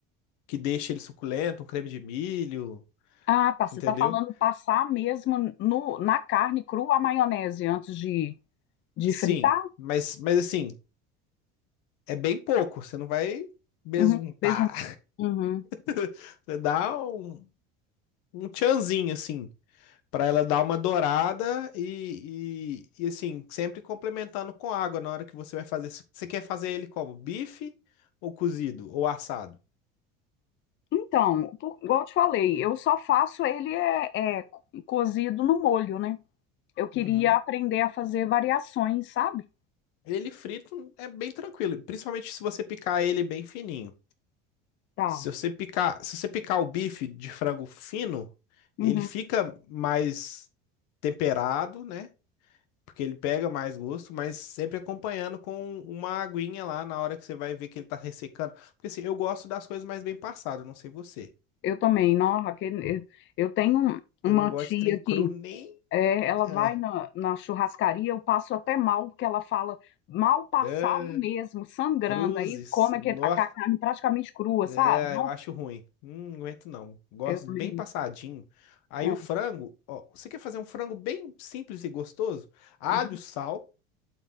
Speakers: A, on the left; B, on the left.
A: que deixe ele suculento, um creme de milho,
B: Ah, tá. Você
A: entendeu?
B: está falando passar mesmo no, na carne crua a maionese antes de, de
A: Sim,
B: fritar?
A: mas, mas assim, é bem pouco, você não vai besuntar.
B: Uhum, fez um- Uhum.
A: <laughs> Você dá um, um tchanzinho assim. Pra ela dar uma dourada e, e, e, assim, sempre complementando com água na hora que você vai fazer. Você quer fazer ele como? Bife ou cozido ou assado?
B: Então, por- igual eu te falei, eu só faço ele é, é, cozido no molho, né? Eu queria
A: Uhum.
B: aprender a fazer variações, sabe?
A: Ele frito é bem tranquilo, principalmente se você picar ele bem fininho.
B: Tá.
A: Se você picar, se você picar o bife de frango fino,
B: Uhum.
A: ele fica mais temperado, né? porque ele pega mais gosto, mas sempre acompanhando com uma aguinha lá na hora que você vai ver que ele tá ressecando. Porque assim, eu gosto das coisas mais bem passadas, não sei você.
B: Eu também, não, Raquel, eu eu tenho um, uma
A: Eu não gosto
B: tia
A: de trem cru
B: que
A: nem.
B: É, ela
A: Ah,
B: vai na, na churrascaria, eu passo até mal, porque ela fala mal passado
A: ah,
B: mesmo, sangrando.
A: cruzes.
B: Aí come
A: Nó,
B: aque- a ca- carne praticamente crua,
A: é,
B: sabe? Não,
A: eu acho ruim. Hum, não aguento não. Gosto
B: eu também
A: bem passadinho. Aí
B: não.
A: o
B: É.
A: frango, ó, você quer fazer um frango bem simples e gostoso? Alho,
B: uhum.
A: sal,